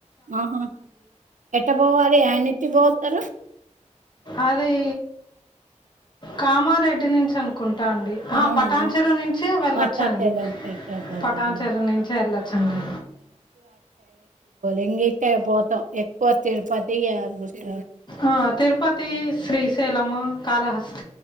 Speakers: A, on the right; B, on the left.
A: ఆహా ఎట్ట పోవాలి యాన్నితి పోతారు
B: అదీ కామారెడ్డి నుంచి అనుకుంటా పట్టండిఆ
A: అవునా!
B: పటాన్చరువు నుంచే వెళ్లొచ్చండి
A: పట్టాటెల్లం కట్ట పోవాలా?
B: పటాన్ చెరువు నుంచే వెళ్లొచ్చండి
A: ఎంగతే పోతాం ఎక్కువ తిరుపతి యాదిగుట్ట
B: ఆ తిరుపతి శ్రీశైలము కాలహా